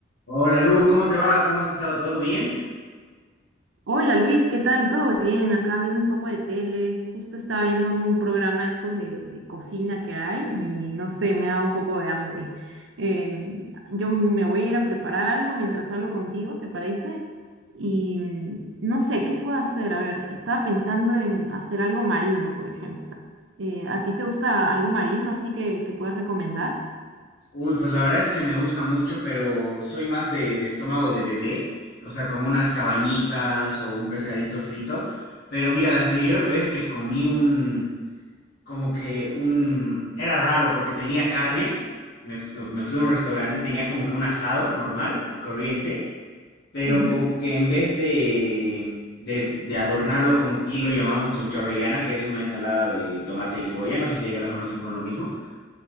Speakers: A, on the left; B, on the right.
A: Hola Lu, ¿cómo te va? ¿Cómo has estado? ¿Todo bien?
B: Hola Luis, ¿qué tal? ¿Todo bien? Acá viendo un poco de tele. Justo estaba viendo un programa estos de, de cocina que hay y no sé, me da un poco de hambre. Em, yo me voy a ir a preparar algo mientras hablo contigo, ¿te parece? Y mm, no sé, ¿qué puedo hacer? A ver, estaba pensando en hacer algo marino, por ejemplo. Eh, ¿a ti te gusta algo marino así que, que puedas recomendar?
A: Uy, pues la verdad es que me gusta mucho, pero soy más de, de estómago de bebé, o sea, como unas cabañitas o un pescadito frito. Pero mira, la anterior vez me comí un, como que un, era raro porque tenía carne, me, fu- me fui a un restaurante, tenía como que un asado normal y corriente, pero
B: Ujú.
A: como que en vez de, de, de adornarlo como aquí lo llamamos con chorrellana, que es una ensalada de tomate y cebolla, no sé si allá la conocen con lo mismo.